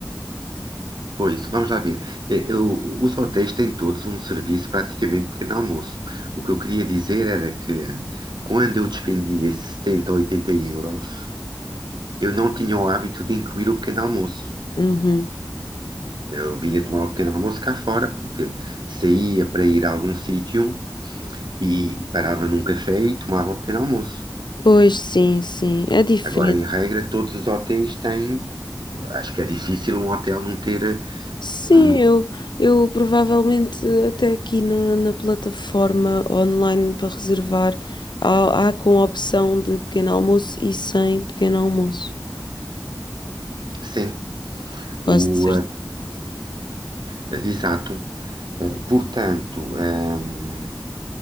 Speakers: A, on the right; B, on the left.
A: Pois, vamos lá ver. Eh, eu- os hotéis têm todos um serviço praticamente pequeno almoço. O que eu queria dizer era que quando eu despendia 70 ou 80 euros, eu não tinha o hábito de incluir o pequeno almoço.
B: Uhum.
A: Eu vinha tomar o pequeno almoço cá fora, porque saía para ir a algum sítio e parava num café e tomava o pequeno almoço.
B: Pois sim, sim, é diferente.
A: Agora, em regra, todos os hotéis têm. Acho que é difícil um hotel não ter, eh,
B: Sim,
A: por-
B: eu, eu provavelmente até aqui na, na plataforma online para reservar, há, há com a opção de pequeno almoço e sem pequeno almoço.
A: sim,
B: Quase
A: O,
B: de certeza.
A: Exato. Eh, Portanto, ehm,